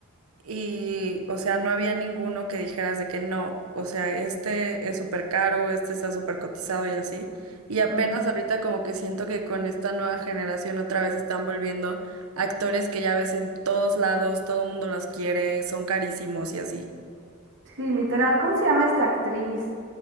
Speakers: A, on the right; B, on the right.
A: y, o sea, no había ninguno que dijeras de que no, o sea, este es súper caro, este está súper cotizado y así. Y apenas
B: Ujú.
A: ahorita como que siento que con esta nueva generación otra vez están volviendo actores que ya ves en todos lados, todo mundo los quiere, son carísimos y así.
B: Sí, literal. ¿Cómo se llama esta actriz?